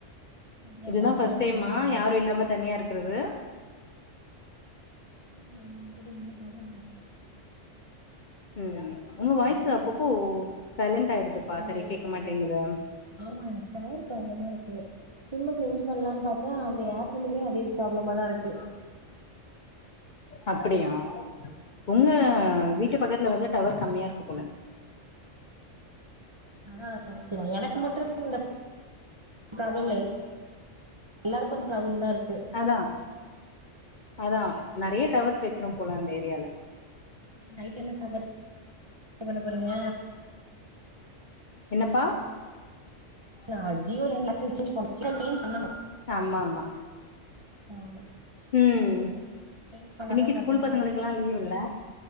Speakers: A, on the right; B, on the left.
A: நறையா
B: இதுதா
A: இருக்கு அதனால
B: ஃபஸ்ட்
A: ஒன்னும்
B: டைம்மா
A: ப்ராப்ளம்
B: யாரு இல்லாம தனியா இருக்கறது
A: இல்ல கூட எங்கயு போகாதுங்க
B: ம் உங்க வாய்ஸ்
A: நறைய
B: அப்பப்போ சைலண்ட் ஆயிடுதுப்பா
A: ஸ்கூல்ல
B: சரியா
A: எடுங்க
B: கேக்க மாட்டேங்குது
A: ஆமா டவர் ப்ராப்ளமா இருக்கு சிம்ம சேஞ்ச் பண்ணலானு பாத்தா அந்த ஏர்டெல்லுமே அதே ப்ராப்ளமா தா இருக்கு
B: அப்படியா ஒங்க வீட்டுப் பக்கத்துல வந்து டவர் கம்யா இருக்கு போல
A: அதா நெனைக்கிறே எனக்கு மட்டு இந்த ப்ராப்ளம் இல்ல எல்லாருக்கு இந்த ப்ராப்ளம் தா இருக்கு
B: அதா அதா நெறைய டவர்ஸ் வெக்கினு போலா அந்த ஏரியால
A: நைட் என்ன சாப்பாடு <inaudible> பண்ண போறீங்க
B: என்னப்பா
A: நா ஜியோலருந்து <inaudible> பண்ணணு
B: ஆமாமா
A: ஆமா
B: ம்
A: சேஞ்ச் பண்ணாதா
B: இன்னைக்கு
A: கரெக்டா
B: ஸ்கூல் பசங்களுக்கெலா லீவ் இல்ல